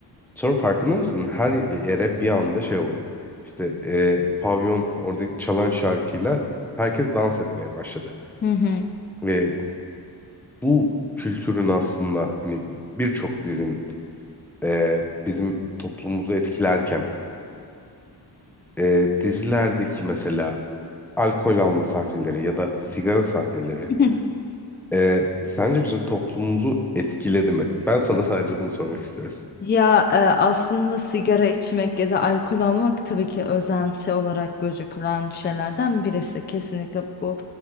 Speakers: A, in the centre; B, on the left (about 25°).
A: Sonra farkında mısın? Her yere bir anda şey oldu. İşte ee, pavyon orada çalan şarkıyla herkes dans etmeye başladı.
B: Hı hı.
A: E, bu kültürün aslında hani birçok dizinin e, bizim toplumumuzu etkilerken e, dizilerdeki mesela alkol alma sahneleri ya da sigara sahneleri
B: <laughs>
A: e, sence bizim toplumumuzu etkiledi mi? Ben sana <laughs> sadece bunu sormak istiyorum.
B: Ya e, aslında sigara içmek ya da alkol almak tabii ki özenti olarak gözükülen şeylerden birisi. Kesinlikle bu